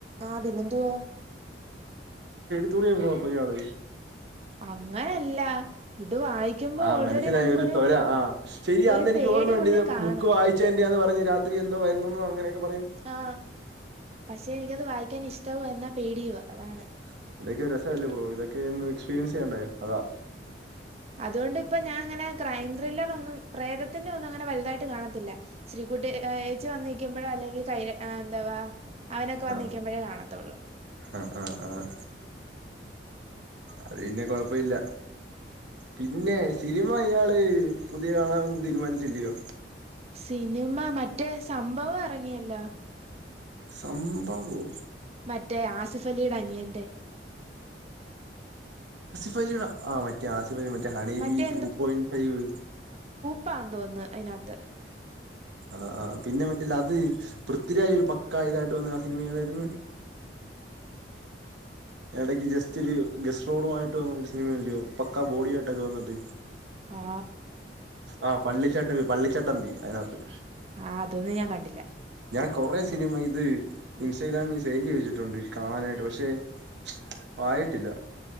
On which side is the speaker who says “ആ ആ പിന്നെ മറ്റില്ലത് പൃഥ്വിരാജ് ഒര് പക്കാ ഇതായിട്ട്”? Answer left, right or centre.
Right